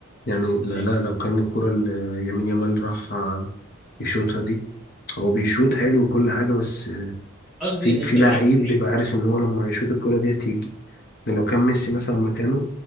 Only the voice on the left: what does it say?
يعني لا
لا لو كان الكره اللي يمين يامال راح آه، يشوطها دي هو بيشوط حلو وكل حاجه بس آه،
في في
لعيب
بيبقى عارف ان هو لما يشوط الكره دي هتيجي يعني لو كان ميسي مثلا مكانه